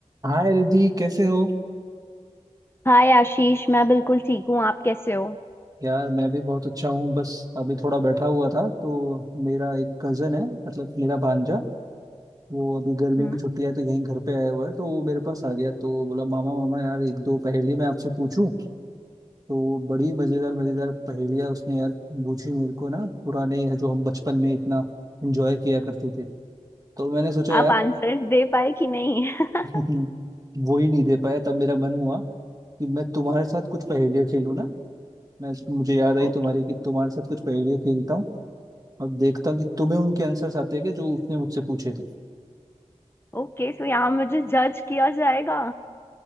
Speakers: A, on the right (about 30°); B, on the left (about 20°).
A: हाय रिद्धि कैसे हो
B: हाय आशीष मैं बिल्कुल ठीक हूँ आप कैसे हो
A: यार मैं भी बहुत अच्छा हूँ बस अभी थोड़ा बैठा हुआ था तो मेरा एक कजन है मतलब मेरा भांजा वो अभी गर्मियों
B: हम्म
A: की छुट्टी है तो यहीं घर पे आया हुआ है तो वो मेरे पास आ गया तो बोला मामा मामा यार एक दो पहेली मैं आपसे पूछूं तो बड़ी मजेदार मजेदार पहेलियां उसने यार पूछी मेरे को ना पुराने जो हम बचपन में इतना एंजॉय किया करते थे तो मैंने सोचा यार
B: आप आंसर दे पाए कि नहीं <laughs>
A: <laughs> वो ही नहीं दे पाया तब मेरा मन हुआ कि मैं तुम्हारे साथ कुछ पहेलियां खेलूं ना मैं मुझे याद आई
B: ओके
A: तुम्हारी कि तुम्हारे साथ कुछ पहेलियां खेलता हूँ अब देखता हूँ कि तुम्हें उनके आंसर्स आते हैं क्या जो उसने मुझसे पूछे थे
B: ओके सो यहाँ मुझे जज किया जाएगा